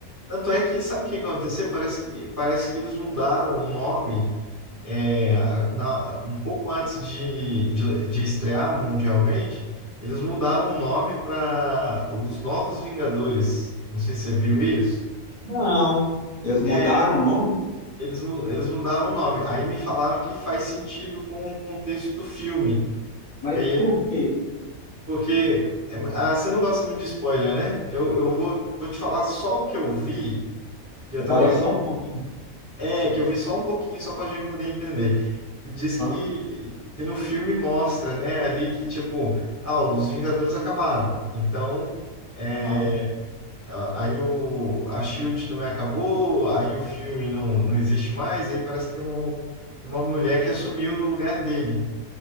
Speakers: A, on the right (about 20°); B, on the left (about 35°).
A: tanto é que, sabe o que aconteceu? Parece que, parece que eles mudaram o nome é, a- na- um pouco antes de, de, de estrear mundialmente, eles mudaram o nome para os Novos Vingadores. Não sei se você viu isso.
B: Não, eles mudaram
A: É,
B: o nome,
A: eles, mu- eles mudaram o nome. Aí me falaram que faz sentido com o contexto do filme.
B: mas
A: Que aí ele,
B: por quê?
A: porque é, ah, você não gosta muito de spoiler, né? Eu, eu vou, vou te falar só o que eu vi, que eu
B: Você
A: também
B: fala só
A: vi
B: um pouquinho.
A: É, que eu vi só um pouquinho, só pra gente poder entender. E diz
B: Aham,
A: que, que no filme mostra, né, ali que tipo, ah, os Vingadores acabaram. Então, é,
B: aham.
A: a- aí o, a Shield também acabou, aí o filme não, não existe mais, aí parece que tem uma, tem uma mulher que assumiu no lugar dele.